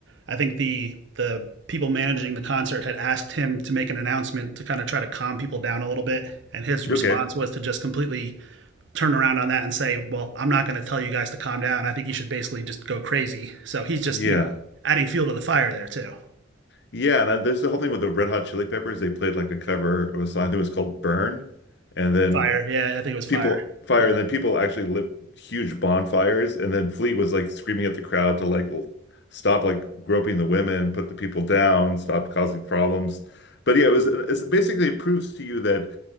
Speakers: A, on the right; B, on the left.
A: I think the the people managing the concert had asked him to make an announcement to kind of try to calm people down a little bit and his response
B: Okay.
A: was to just completely turn around on that and say well i'm not going to tell you guys to calm down i think you should basically just go crazy so he's just
B: Yeah.
A: you know adding fuel to the fire there too
B: Yeah, and then there's the whole thing with the Red Hot Chili Peppers. They played like a cover of a song. I think it was called Burn. And then
A: fire yeah i think it was fire
B: people fire,
A: yeah.
B: and then people actually lit huge bonfires. And then Flea was like screaming at the crowd to like l- stop like groping the women, put the people down, stop causing problems. But yeah, it was it's basically it proves to you that